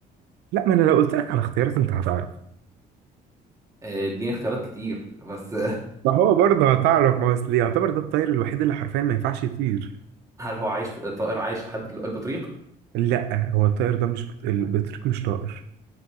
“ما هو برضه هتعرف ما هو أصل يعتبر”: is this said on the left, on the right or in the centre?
Right